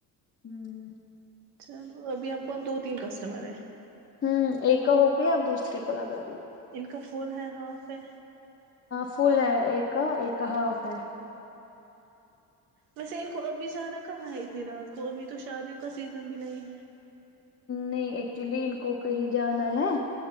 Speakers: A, on the left (about 25°); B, on the right (about 85°).
A: <inaudible>
B: چلو ابھی آپ کو اب دو تین کسٹمر ہیں
A: ہوں ایک کا ہو کے آپ دوسرے کو لگا رہی ہو
B: ان کا پول ہے ہاف ہے
A: فل ہے ایک ایک ہاف ہے
B: ویسے ان کو اب بھی جانا کہاں ہے اتنی رات کو ابھی تو شادیوں کا سیزن بھی نہیں ہے
A: نہیں ایکچولی ان کو کہیں جانا ہے